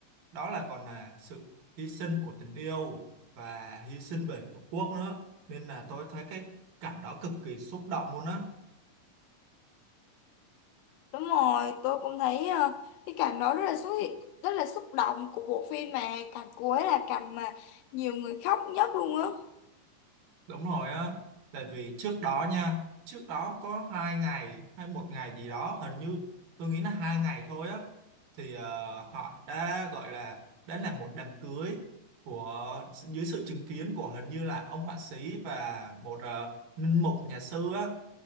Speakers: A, on the right; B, on the left.
A: đó là còn là sự hy sinh của tình yêu và hy sinh về tổ quốc nữa nên là tôi thấy cái cảnh đó cực kỳ xúc động luôn á
B: đúng rồi tôi cũng thấy ờ, cái cảnh đó rất là xúc rất là xúc động của bộ phim mà cảnh cuối là cảnh mà nhiều người khóc nhất luôn á
A: Đúng rồi á, tại vì trước đó nha, trước đó có hai ngày hay một ngày gì đó, hình như tôi nghĩ là hai ngày thôi á, thì ờ, họ đã gọi là đã làm một đám cưới của dưới sự chứng kiến của hình như là ông họa sĩ và một ờ, linh mục nhà sư á,